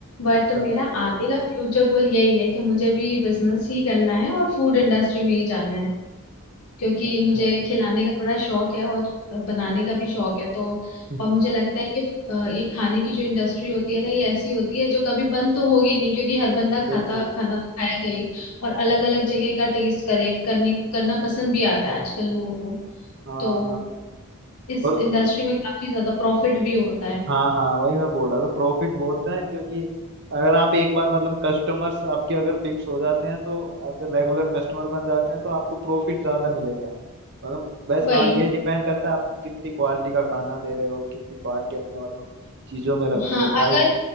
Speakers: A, on the right; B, on the left.
A: अच्छा
B: बट मेरा
A: है
B: आगे का फ्यूचर गोल यही है कि मुझे भी बिजनेस ही करना है और फूड इंडस्ट्री में ही जाना है क्योंकि
A: अच्छा
B: मुझे
A: है
B: खिलाने का बड़ा शौक है और बनाने का भी शौक है तो
A: <laughs>
B: और मुझे लगता है कि अ, ये खाने की जो इंडस्ट्री होती है ना ये ऐसी होती है जो कभी बंद तो होगी नहीं क्योंकि हर बंदा खाता
A: बिल्कुल
B: खाना तो खाएगा ही और अलग अलग जगह का टेस्ट करे करने करना पसंद भी आता है आजकल लोगों को
A: हाँ
B: तो इस
A: और
B: इंडस्ट्री में काफी ज्यादा प्रॉफिट भी होता है
A: हाँ हाँ वही मैं बोल रहा था प्रॉफिट बहुत है क्योंकि अगर आप एक बार मतलब कस्टमर्स आपके अगर फिक्स हो जाते हैं तो अगर रेगुलर कस्टमर बन जाते हैं तो आपको प्रॉफिट ज्यादा मिलेगा मतलब बस
B: वही
A: हाँ ये डिपेंड करता है आप कितनी क्वालिटी का खाना दे रहे हो कितनी क्वालिटी अपने मतलब चीजों में रख
B: हाँ
A: रहे हो
B: अगर
A: हाई